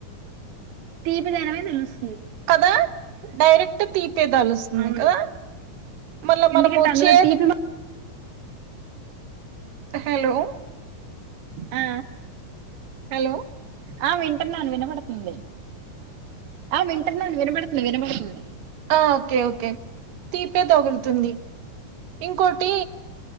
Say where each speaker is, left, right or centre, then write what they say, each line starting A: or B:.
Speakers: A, on the right; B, on the right.
A: తీపిదనమే తెలుసు
B: కదా డైరెక్ట్ తీ పిదేలుస్తుంది
A: అవును
B: గదా మళ్ళా
A: ఎందుకంటే
B: మనము
A: అందులో
B: చేదు
A: తీపి మ
B: హలో
A: ఆ
B: హలో
A: ఆ వింటునాను వినబడుతుంది ఆ వింటునాను వినబడుతుంది వినబడుతుంది.
B: ఆ ఓకే ఓకే తీంతే తగులుతుంది ఇంకోటి